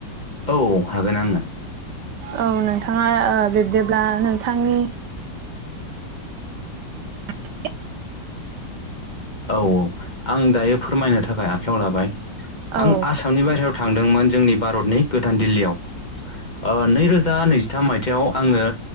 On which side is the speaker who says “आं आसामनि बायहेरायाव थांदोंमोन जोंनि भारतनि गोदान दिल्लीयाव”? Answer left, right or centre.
Left